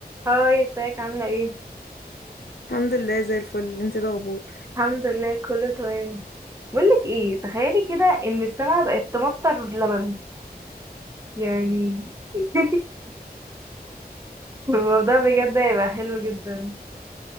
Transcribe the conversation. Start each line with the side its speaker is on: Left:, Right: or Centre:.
Right: هاي ازيك عاملة ايه؟
Left: الحمد لله زي الفل انت إيه الاخبار
Right: الحمد لله كله تمام بقولك ايه تخيلي كده ان السما بقت تمطر لبن يعني <laughs> الموضوع بجد هيبقى حلو جدا